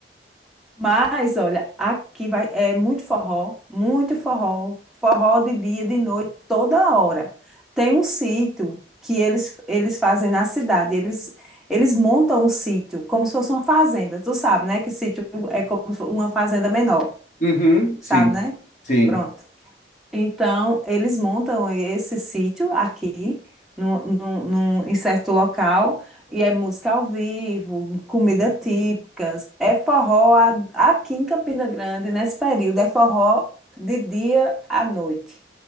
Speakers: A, in the centre; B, on the left.
A: Mas, olha, aqui vai, é muito forró, muito forró, forró de dia, de noite, toda hora. Tem um sítio que eles, eles fazem na cidade, eles, eles montam um sítio como se fosse uma fazenda, tu sabe, né? Que sítio é como se fosse uma fazenda menor,
B: Uhum,
A: sabe,
B: sim,
A: né?
B: sim.
A: Pronto. Então, eles montam esse sítio aqui, num, num- num- em certo local, e é música ao vivo, comida típicas, é forró a- aqui em Campina Grande, nesse período, é forró de dia à noite,